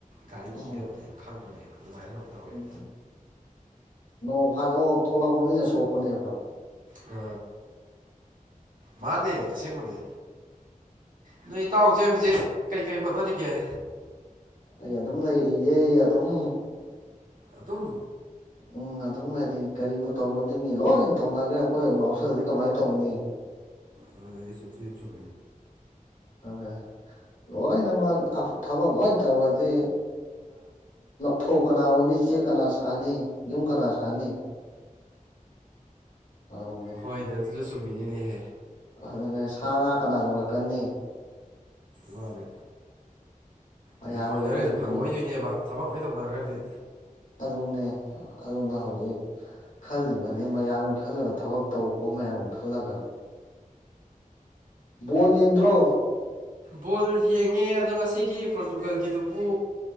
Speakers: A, on the right (about 70°); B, on the left (about 65°).
A: ꯒꯥꯔꯤ
B: ꯎꯝ
A: ꯀꯤꯗꯕꯅꯦꯕ ꯈꯪꯕꯅꯦꯕ ꯑꯗꯨꯃꯥꯏꯅ ꯇꯧꯋꯦꯕ
B: ꯎꯝ ꯅꯣꯡ ꯐꯥꯗꯣꯛ ꯊꯣꯛꯂꯛꯄ ꯃꯤꯅ ꯁꯣꯛꯄꯅꯦꯕ
A: ꯑ ꯃꯥꯅꯦ ꯑꯁꯦꯡꯕꯅꯦ ꯅꯣꯏ ꯏꯇꯥꯎꯁꯦ ꯍꯧꯖꯤꯛ ꯀꯩꯀꯩ ꯍꯣꯠꯅꯔꯤꯒꯦ
B: ꯑꯩ ꯑꯗꯨꯝ ꯂꯩꯔꯤꯌꯦ ꯑꯗꯨꯝ
A: ꯑꯗꯨ ꯑꯗꯨꯝ
B: ꯎꯝ ꯑꯗꯨꯝ ꯂꯩꯔꯤ ꯀꯔꯤꯕꯨ ꯇꯧꯔꯨꯅꯤ ꯃꯤ ꯂꯣꯏ ꯇꯧꯅꯈ꯭ꯔꯦ ꯑꯩꯈꯣꯏ ꯑꯃꯨꯛ ꯌꯥꯥꯎꯁꯜꯂꯗꯤ ꯀꯃꯥꯏꯅ ꯇꯧꯅꯤ
A: ꯑ ꯆꯠꯇ ꯆꯦ
B: ꯑꯗꯨ ꯂꯣꯏꯅꯃꯛ ꯊꯕꯛ ꯂꯣꯏ ꯇꯧꯔꯗꯤ ꯐꯧ ꯀꯅꯥ ꯎꯅꯤ ꯆꯦꯛ ꯀꯅꯥ ꯁꯥꯅꯤ ꯌꯨꯝ ꯀꯅꯥ ꯁꯥꯅꯤ ꯑꯗꯨꯅꯦ
A: ꯍꯣꯏꯅ ꯑꯗꯨꯁꯨ ꯆꯃꯤꯅꯤꯅꯦ
B: ꯑꯗꯨꯅꯦ ꯁꯥ ꯉꯥ ꯀꯅꯥ ꯂꯣꯏꯔꯛꯀꯅꯤ
A: ꯃꯥꯅꯦ
B: ꯃꯌꯥꯝꯒꯤ
A: ꯑꯗꯨ ꯕꯣꯏꯂꯔꯒꯁꯦ
B: ꯍꯧꯖꯤꯛ
A: ꯐꯪꯉꯛꯑꯣꯏꯗꯣꯏꯅꯦꯕ
B: ꯌꯦꯡꯉꯤ
A: ꯊꯕꯛ ꯂꯣꯏ ꯇꯧꯅꯔꯒꯗꯤ
B: ꯑꯗꯨꯅꯦ ꯑꯗꯨꯅ ꯍꯧꯖꯤꯛ ꯈꯜꯂꯤꯕꯅꯤ ꯃꯌꯥꯝꯒꯤ ꯈꯜꯂꯒ ꯊꯕꯛ ꯇꯧꯕ ꯃꯌꯥꯝꯅ ꯈꯜꯂꯒ ꯕꯣꯟ ꯌꯦꯡꯗ꯭ꯔꯣ
A: ꯕꯣꯜ ꯌꯦꯡꯉꯦ ꯑꯗꯣ ꯉꯁꯤꯒꯤ ꯄꯣꯔꯇꯨꯒꯜꯒꯤꯗꯨꯕꯨ